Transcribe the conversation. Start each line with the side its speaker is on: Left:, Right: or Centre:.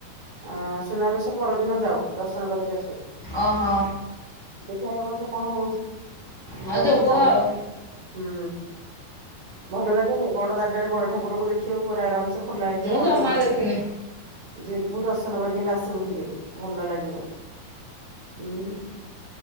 Right: ଅ ସୁନାବେଶ ପରଦିନ ଯାଉ ଦର୍ଶନ କରିକି ଆସୁ।
Left: ଓହୋ
Right: ଦେଖିବା ଏ ବର୍ଷ କଣ ହଉଚି? ଯିବାକୁ
Left: ହଁ ଯୋଗ
Right: ତ ପ୍ଲାନ୍
Left: ଆଉ।
Right: ଅଛି ହୁଁ ଭଲ ଲାଗେ ବ ବଡ ଠାରକୁ ଦେଖିବ ପୁରା ଆରାମ ସେ ଖୋଲା ଆଖିର
Left: ମୁଁ
Right: ବଡ
Left: ଜମା
Right: ବଡ
Left: ଦେଖିନି
Right: ଠାକୁର ଯିବୁ ଦର୍ଶନ କରିକଲେ ଆସିବୁ ଟିକେ ଭଲ ଲାଗିବ। ହୁଁ।